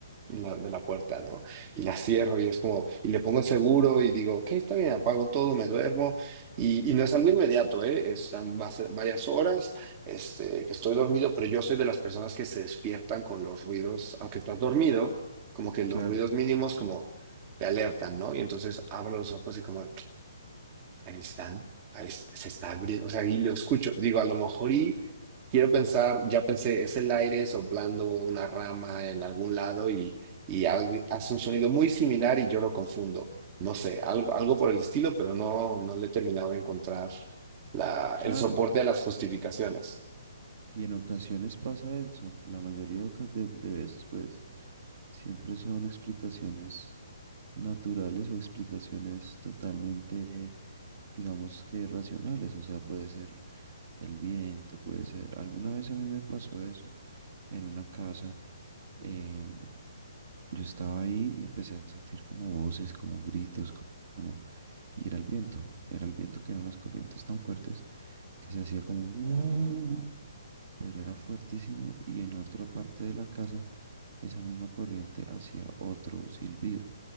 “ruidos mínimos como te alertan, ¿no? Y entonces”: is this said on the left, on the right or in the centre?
Right